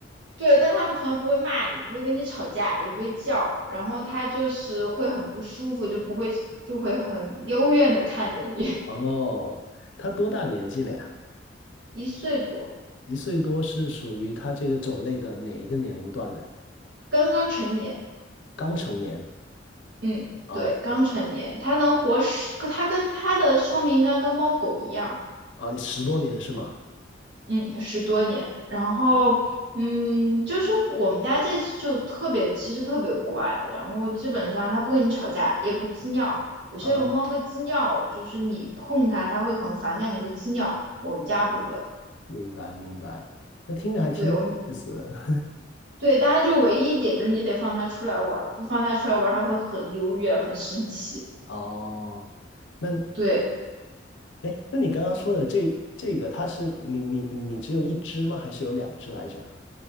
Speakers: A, on the right; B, on the left.
A: 对，但他从来不会骂你，不会跟你吵架，也不会叫，然后他就是会很不舒服，就不会就会很幽怨的看着你。<laughs>
B: 哦，他多大年纪了呀？
A: 一岁多，
B: 一岁多是属于他这个种类的哪一个年龄段呢？
A: 刚刚成年，
B: 刚成年
A: 嗯，
B: 啊
A: 对，刚成年，他能活十，他跟他的寿命应该跟猫狗一样，
B: 啊，十多年是吗？
A: 嗯，十多年。然后，嗯，就是我们家这只就特别，其实特别乖，然后基本上它不跟你吵架，也不滋尿，
B: 啊，
A: 会滋尿，就是你碰它，它会很反感，你会滋尿。我们家不会，
B: 明白明白，那听着还挺有意思的。
A: 对我们对，大家就唯一一点就是你得放它出来玩儿，不放它出来玩儿，它会很优越，很生气。
B: <laughs> 哦，那
A: 对，
B: 哎，诶那你刚刚说的这这个，它是你你你只有一只吗？还是有两只来着？